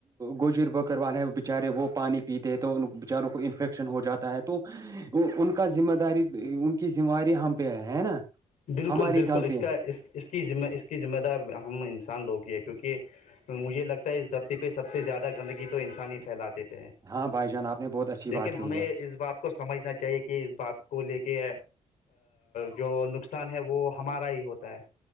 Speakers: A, on the right; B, on the left.
A: گوجر بکر والے ہے بےچارے وہ پانی پیتے ہیں تو ان بچاروں کو انفیکشن ہو جاتا ہے تو ان کا ذمہ داری ان کی ذمہ داری ہم پہ ہے ہے نا
B: بالکل
A: ہماری
B: بالکل
A: غلطی
B: اس کا
A: ہے
B: اس اس کی ذمے اس کی ذمہ دار ہم انسان لوگوں کی ہے کیونکہ مجھے لگتا ہے اس دفتی پہ سب سے زیادہ گندگی تو انسان ہی پھیلا دیتے ہیں
A: ہاں بھائی جان آپ نے بہت اچھی
B: لیکن
A: بات
B: ہمیں
A: کہ ہے
B: اس بات کو سمجھنا چاہیے کہ اس بات کو لے کے جو ن نقصان ہے وہ ہمارا ہی ہوتا ہے